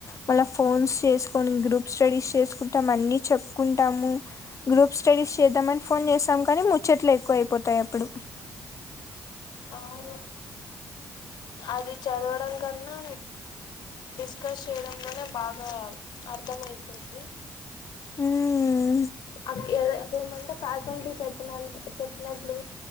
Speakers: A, on the left; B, on the left.
A: మళ్ళ ఫోన్స్ చే కొన్ని గ్రూప్ స్టడీస్ చేసుకుంటాం అన్ని చెప్పుకుంటాము గ్రూప్ స్టడీస్ చేద్దామని ఫోన్ చేసాం మరే చెట్లు ఎక్కువ అయిపోతాయి అప్పుడు
B: అవును అది చదవడం కన్నా డిస్కస్ చేయడం లోనే బాగా అర్థం అయితుంది
A: మ్మ్
B: అక్ అది అదేమంటే ఫ్యాకల్టీ చెప్పిన చెప్పినట్లు